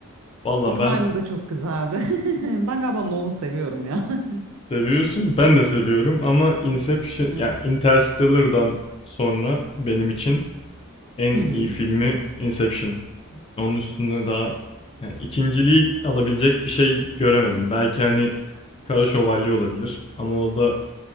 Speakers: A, on the left; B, on the right.
A: valla
B: Oppenheimer
A: ben
B: da çok güzeldi. <laughs> Ben galiba Nolan'ı seviyorum ya. <laughs>
A: seviyorsun. Ben de seviyorum ama Inception
B: Hı. Evet.
A: ya Interstellar'dan sonra benim için en
B: Hı hı.
A: iyi filmi Inception. Onun üstünde daha yani ikinciliği alabilecek bir şey göremedim. Belki hani Kara Şövalye olabilir ama o da